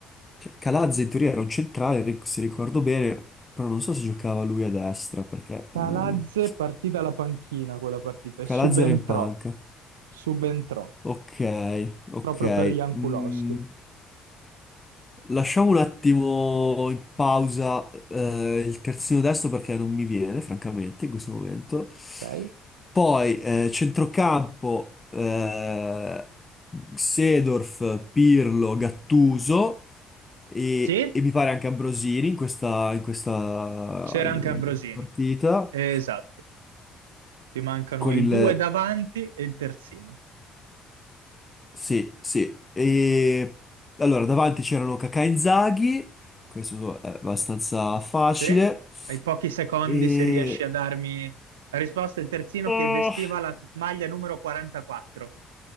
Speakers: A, on the left; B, on the right.
A: cioè, Calazza in teoria era un centrale, ric- se ricordo bene, però non so se giocava lui a destra, perché
B: Palazze
A: eh,
B: partì dalla panchina quella partita e
A: Calazza
B: subentrò,
A: era in panca.
B: subentrò,
A: Ok, ok.
B: proprio per Jankulowski.
A: Mm, Lasciamo un attimo in pausa eh, il terzino destro perché non mi viene, francamente, in questo momento.
B: Ok?
A: Poi eh, centrocampo, eh, Seedorf, Pirlo, Gattuso e,
B: Sì,
A: e mi pare anche Ambrosini in questa, in questa,
B: c'era
A: in
B: anche Ambrosini.
A: questa partita.
B: Esatto, ti mancano
A: Con
B: i
A: il...
B: due davanti e il terzino.
A: Sì, sì. E, allora, davanti c'erano Kaká e Inzaghi, questo è abbastanza facile.
B: Sì, ai pochi secondi
A: E...
B: se riesci a darmi la risposta, il terzino
A: oh,
B: che vestiva la maglia numero 44.